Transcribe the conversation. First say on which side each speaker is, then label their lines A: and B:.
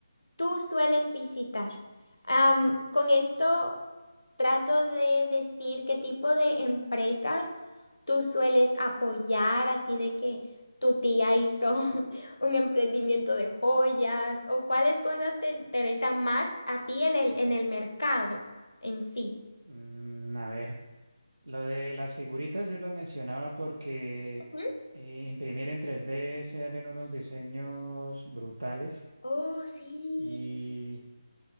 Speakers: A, on the left; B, on the right.
A: tú sueles visitar? Am, con esto trato de decir qué tipo de empresas tú sueles apoyar, así de que tu tía hizo <laughs> un emprendimiento de joyas o cuáles cosas te interesan más a ti en el, en el mercado en sí.
B: Mm, a ver, lo de las figuritas yo lo mencionaba porque
A: Ujú.
B: eh, imprimir en tres d se hacen unos diseños brutales
A: Oh, sí.
B: y...